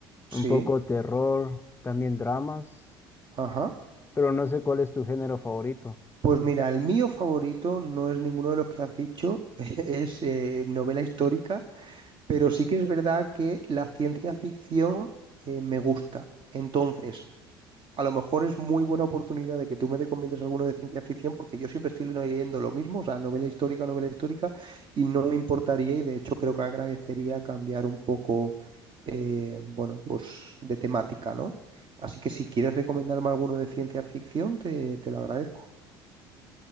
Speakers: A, on the right (about 40°); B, on the left (about 20°).
A: Sí,
B: un poco terror, también dramas,
A: ajá.
B: pero no sé cuál es tu género favorito.
A: Pues mira, el mío favorito no es ninguno de los que has dicho, <laughs> es eh, novela histórica. Pero sí que es verdad que la ciencia ficción eh, me gusta. Entonces, a lo mejor es muy buena oportunidad de que tú me recomiendes alguno de ciencia ficción, porque yo siempre estoy leyendo lo mismo, o sea, novela histórica, novela histórica, y no me importaría, y de hecho creo que agradecería cambiar un poco, eh, bueno, pues de temática, ¿no? Así que si quieres recomendarme alguno de ciencia ficción, te, te lo agradezco.